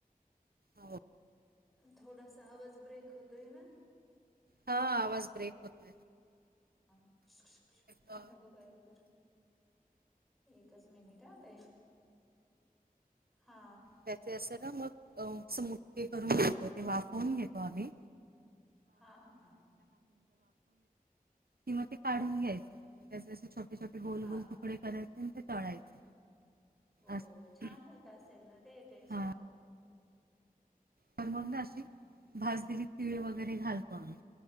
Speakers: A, on the right (about 85°); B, in the centre.
A: हो
B: थोडासा आवाज ब्रेक होतोय ना.
A: हा आवाज ब्रेक होतो.
B: ह शुक-शुक-शुक
A: अ,
B: खाल्लं बो <unintelligible> एकच मिनिट अं ताई....... हा.
A: त्याचे असे ना मग स्मूथली करून घेतो, ते वाफवून घेतो आम्हीं.
B: हा हा
A: किंवा ते काढून घ्यायचे जसे- जसे, छोटे -छोटे, गोल
B: हां,
A: -गोल तुकडे करायचे आणि ते तळायचे.
B: हो
A: असं
B: छान होत असेल ना ते टेस्टला
A: हां
B: पण.
A: तर मग ना
B: हां,
A: अशी
B: हां.
A: भाजलेली तिळ वगैरे घालतो आम्ही